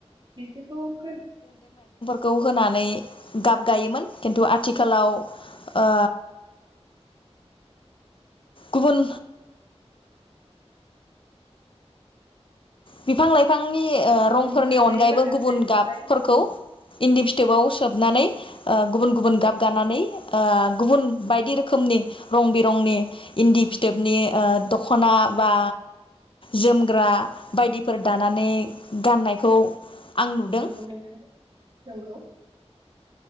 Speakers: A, on the right; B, on the left.
A: बिसोरखौ खोन
B: खौ होनानै गाब गायोमोन खिन्थु आथिखालाव ओ गुबुन बिफां लाइफांनि ओ
A: गुबुन
B: रंफोरनि
A: हाथाय
B: अनगायैबो
A: बाजारनिफ्राय
B: गुबुन
A: मोननाय
B: गाबफोरखौ
A: औ
B: इन्दि फिथोबाव सोबनानै ओ गुबुन गुबुन गाब गानानै ओ गुबुन बायदि रोखोमनि रं बिरंनि इन्दि फिथोबनि ओ दख'ना बा जोमग्रा बायदिफोर दानानै गाननायखौ आं नुदों
A: नंगौ नोंथां नंगौ